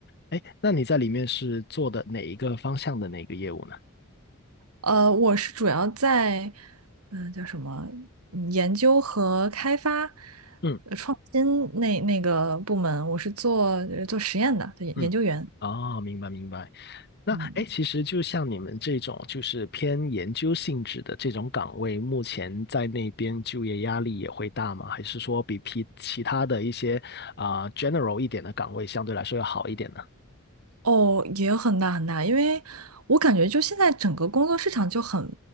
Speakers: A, on the left; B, on the right.
A: 哎，那你在里面是做的哪一个方向的哪个业务呢？
B: 呃，我是主要在，嗯、叫什么，嗯研究和开发。
A: 嗯
B: 呃创新那那个部门，我是做呃做实验的，对，研究员。
A: 嗯，哦，明白明白。那哎，
B: 嗯。
A: 诶其实就像你们这种就是偏研究性质的这种岗位，目前在那边就业压力也会大吗？还是说比其其他的一些啊、general 一点的岗位相对来说要好一点呢？
B: 哦，也很大很大，因为我感觉就现在整个工作市场就很